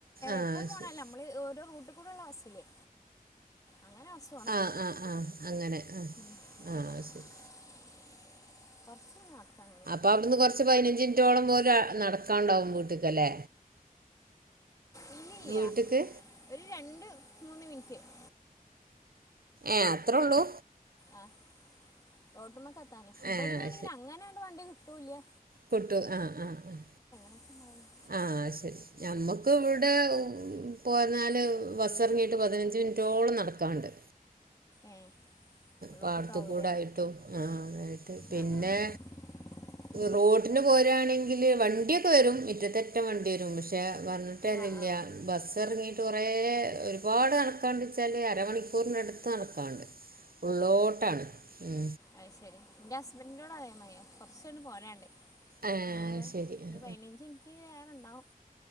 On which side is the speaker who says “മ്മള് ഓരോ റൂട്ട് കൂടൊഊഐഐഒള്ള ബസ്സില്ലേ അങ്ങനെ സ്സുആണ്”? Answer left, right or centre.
Left